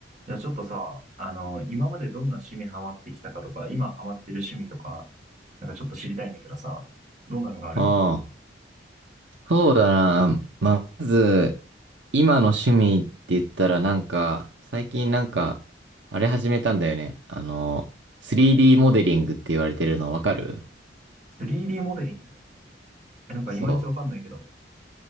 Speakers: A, on the right; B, on the right.
A: じゃあちょっとさ、あの、今までどんな趣味ハマってきたかとか、今ハマってる趣味とか、なんかちょっと知りたいんだけどさ、どんなのがある
B: ああ、そうだな。まあ、まず、今の趣味って言ったらなんか、最近なんか、あれ始めたんだよね。あの、3D モデリングって言われてるのわかる
A: ?3D モデリングえ、なんかいまいちわかんないけど。
B: そう。